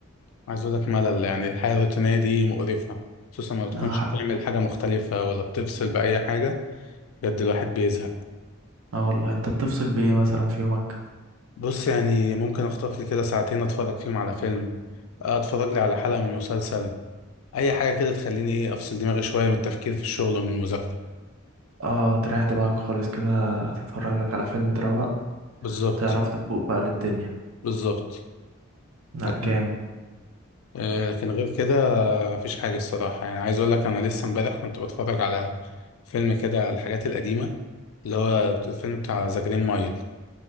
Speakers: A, on the left; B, on the right.
A: عايز اقول لك ملل يعني الحياه الروتينيه دي مقرفه خصوصا ما بتكونش
B: اه حق.
A: بتعمل حاجه مختلفه ولا بتفصل باي حاجه بجد الواحد بيزهق
B: آه والله انت بتفصل بايه مثلا في يومك
A: بص يعني ممكن اخطف لي كده ساعتين اتفرج فيهم على فيلم آه، اتفرج لي على حلقه من مسلسل اي حاجه كده تخليني ايه افصل دماغي شويه من التفكير في الشغل ومن المذاكره
B: اه تريح دماغك خالص كده تتفرج لك على فيلم تروق
A: بالظبط
B: تعرف تفوق بقى للدنيا
A: بالظبط
B: لا
A: لكن
B: جامد
A: آه لكن غير كده مفيش حاجه الصراحه يعني عايز اقول لك انا لسه امبارح كنت بتفرج على فيلم كده الحاجات القديمه اللي هو بت- الفيلم بتاع ذا جرين مايل